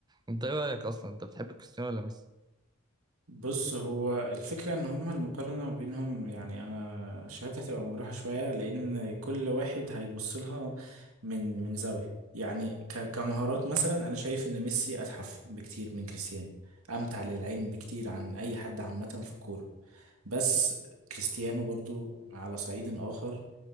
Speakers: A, on the right; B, on the right.
A: انت ايه رايك اصلا انت بتحب كريستيانو ولا ميسي
B: بص هو الفكره ان هما المقارنه ما بينهم يعني انا شهادتي هتبقى مجروحه شويه لان كل واحد هيبص لها من من زاويه يعني ك- كمهارات مثلا انا شايف ان ميسي اتحف بكتير من كريستيانو امتع للعين بكتير عن اي حد عامه في الكوره بس كريستيانو برضو على صعيد اخر